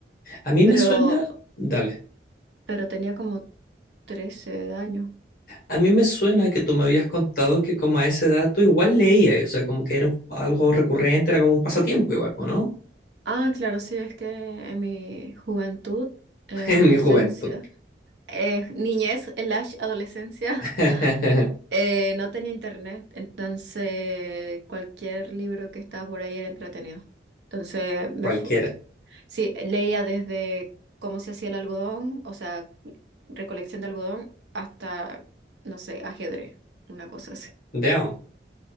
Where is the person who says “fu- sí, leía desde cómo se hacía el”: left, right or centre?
Right